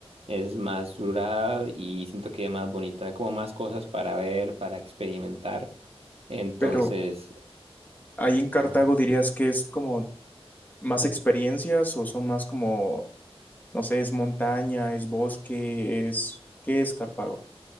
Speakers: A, on the right; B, on the left.
A: es más rural y siento que es más bonito, hay como más cosas para ver, para experimentar. Entonces,
B: Pero ahí en Cartago
A: ajá.
B: dirías que es como más experiencias o son más como, no sé, es montaña, es bosque, es, ¿qué es Cartago?